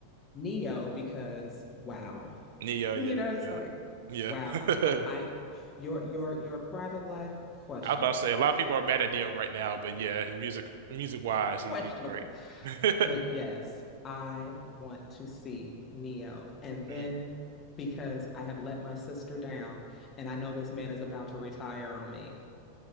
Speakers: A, on the left; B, on the right.
A: Neo because wow.
B: Neo.
A: You
B: Yeah.
A: know,
B: Neo.
A: it's like
B: Yeah.
A: wow.
B: <laughs>
A: I your your your private life questionable.
B: I was about to say a lot of people are mad at Neo right now, but yeah, his music, music wise, he,
A: Questionable.
B: he's great. <laughs>
A: But yes, I want to see Neo. And then
B: Mm.
A: because I have let my sister down and I know this man is about to retire on me.